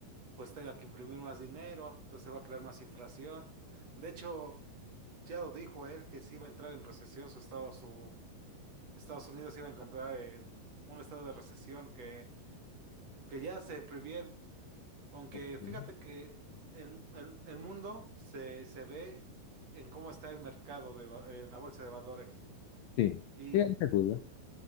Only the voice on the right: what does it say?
pues tenga que imprimir más dinero, entonces va a crear más inflación. De hecho, ya lo dijo él que si iba a entrar en recesión su estado, su Estados Unidos se iba a encontrar en un estado de recesión que, que ya se previene. Aunque
fíjate que el, el, el mundo se, se ve en cómo está el mercado de, va- en la bolsa de valores.
Y,